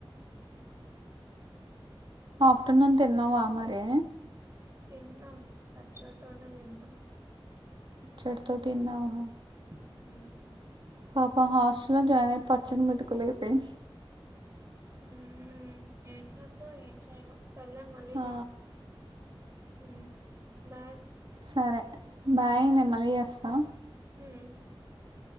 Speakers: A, on the right (about 65°); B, on the right (about 30°).
A: ఆఫ్టర్నూన్ తిన్నావా మరి
B: తిన్న అచ్చుడుతోనే తిన్న
A: చ్చడ్తో తిన్నావా
B: <unintelligible>
A: పాప హాస్టల్ లో జాయిన్ అయి పచ్చని మెతుకులు అయిపెయి
B: ఉం ఏం చేద్దు ఏం చేయన్ సల్లన్ మళ్లీ
A: ఆ,
B: చెయ్ ఉమ్ బాయ్
A: సరే బాయ్ నేన్ మళ్ళీ చేస్తా
B: ఉం